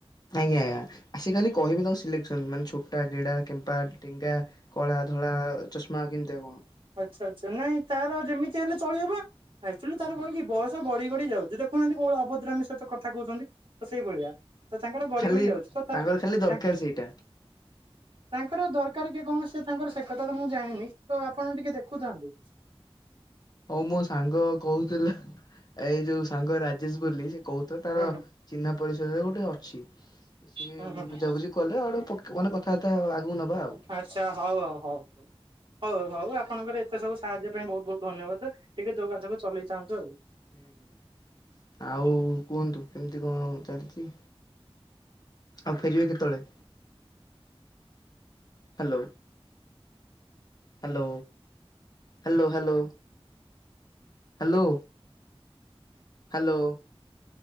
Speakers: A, on the left; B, on the right.
A: ଆଜ୍ଞା ଆସିଲାନି କହିବି ତାଙ୍କୁ ସିଲେକ୍ସନ୍ ମାନେ ଛୋଟା ଗେଡା କେମ୍ପା ଡେଙ୍ଗା। କଳା ଧଳା ଚଷମା କେମତିଆ କଣ।
B: ଆଚ୍ଛା ଆଚ୍ଛା ନାଇଁ ତାର ଯେମିତିଆ ହେଲେ ଚଳିବ ପା ଆକ୍ଚୁଆଲି ତାର
A: ଓହୋ
B: କଣ କି ବୟସ୍ ତ ଗଡି ଗଡି ଯାଉଚି ଦେଖୁନାହାନ୍ତି କୋଉ ଭଳିଆ ଅଭଦ୍ରାମୀ ସହିତ କଥା କହୁଛନ୍ତି ତ ସେଇଭଳିଆ। ତ ତାଙ୍କର ଗଡି
A: ଖାଲି
B: ଗଡି ଯାଉଛି ତ ତା
A: ତାଙ୍କର ଖାଲି ଦରକାର
B: ତାଙ୍କ୍
A: ସେଇଟା
B: ତାଙ୍କର ଦରକାର କି କଣ ସିଏ ତାଙ୍କର ସେ କଥା ତ ମୁଁ ଜାଣିନି ତ ଆପଣ ଟିକେ ଦେଖୁଥାନ୍ତୁ।
A: ହଉ ମୋ ସାଙ୍ଗ କହୁଥିଲା ଏଇ ଯୋଉ ସାଙ୍ଗ ରାଜେଶ ବୋଲି ସିଏ କହୁଥିଆ ତାର
B: ହୁଁ
A: ଚିହ୍ନା ପରିଚୟରେ ଗୋଟେ ଅଛି। ତ ସିଏ
B: ହୁଁ
A: ଉଁ
B: ହୁଁ ହୁଁ
A: ବୁଝାବୁଝି କଲେ ଆଉ ଟିକେ ପକ୍ ମାନେ କଥାବାର୍ତ୍ତା ଆଉ ଆଗୁକୁ ନବା ଆଉ।
B: ଆଚ୍ଛା ହଉ ହଉ ହଉ। ହଉ ହଉ ହଉ ଆପଣଙ୍କର ଏତେ ସବୁ ସାହାଯ୍ୟ ପାଇଁ ବୋହୁତ ବୋହୁତ ଧନ୍ୟବାଦେ ଟିକେ ଯୋଗାଯୋଗ ଚଲେଇ ଥାଆନ୍ତୁ ଆଉ।
A: ହୁଁ ହୁଁ। ଆଉ କୁହନ୍ତୁ କେମତି କଁ ଚାଲିଚି। ଆଉ ଫେରିବେ କେତେବେଳେ? Hello. Hello hello hello hello. Hello.